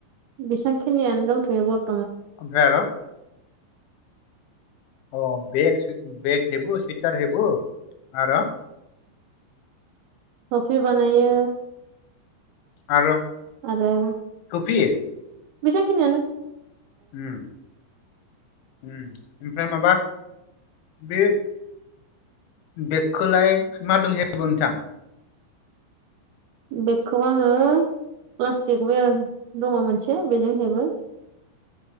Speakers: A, on the right; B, on the left.
A: बेसांखिनियानो दंथ'यो बथ
B: ओमफ्राय आरो अ बेग हेबु सुइटार हेबु आरो
A: थफि बानायो
B: आरो
A: आरो
B: टफि
A: एसांखिनियानो।
B: उम। उम ओमफ्राय माबा बे बेगखोलाय मा दों हेबगोन नोंथां?
A: बेगखौ आङो प्लास्टिक वेर दङ मोनसे बेजों हेबो।